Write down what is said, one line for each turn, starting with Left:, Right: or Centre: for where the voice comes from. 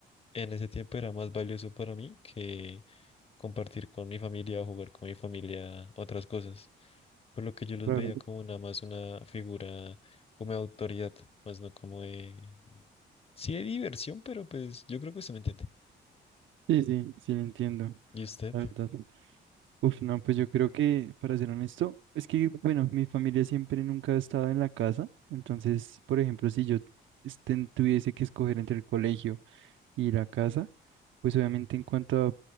Left: en ese tiempo era más valioso para mí que compartir con mi familia o jugar con mi familia otras cosas, por lo que yo los
Right: Claro.
Left: veía como nada más una figura como de autoridad, más no como de... Sí de diversión, pero pues yo creo que usted me entiende.
Right: Sí, sí, sí, lo entiendo,
Left: ¿Y usted?
Right: la verdad. Uf, no, pues yo creo que, para ser honesto, es que, bueno, mi familia siempre nunca ha estado en la casa, entonces, por ejemplo, si yo esten- tuviese que escoger entre el colegio y la casa, pues obviamente en cuanto a